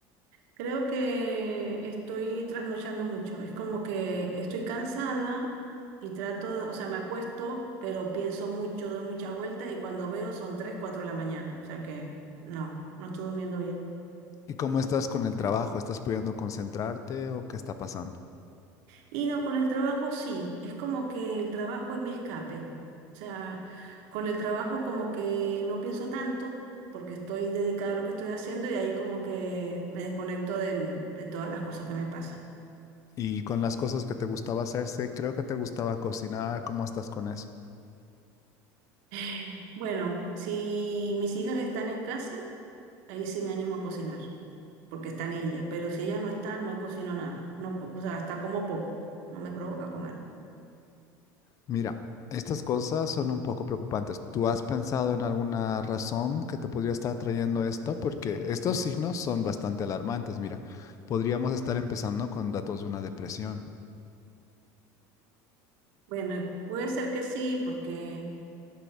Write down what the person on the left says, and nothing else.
¿Y cómo estás con el trabajo? ¿Estás pudiendo concentrarte o qué está pasando?
Y con las cosas que te gustaba hacerse, creo que te gustaba cocinar, ¿cómo estás con eso?
Mira, estas cosas son un poco preocupantes. ¿Tú has pensado en alguna razón que te podría estar trayendo esto? Porque estos signos son bastante alarmantes. Mira, podríamos estar empezando con datos de una depresión.